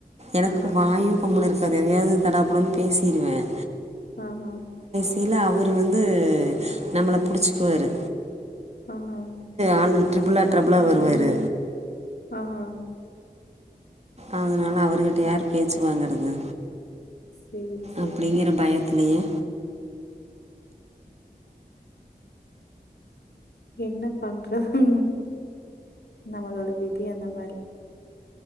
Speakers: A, on the right; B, on the left.
A: எனக்கு
B: ஆஹா
A: வாயும் கம்முனு இருக்காது எதையாவது தடாப்புடன்னனு பேசிடுவேன்
B: ஆஹ் ஆஹ
A: இல்ல அவரு வந்து நம்மள புடிச்சுக்குவாரு
B: ஆஹ
A: ஆள் ட்ரிபிளா டபிளா வருவாரு
B: ஆஹ்
A: அதனால அவர்கிட்ட யார் பேச்சுவாங்கறது
B: சேரி சேரிங்க
A: அப்படிங்கற பயத்துலையே
B: என்ன பண்றது நம்மளோட விதி அந்த மாதிரி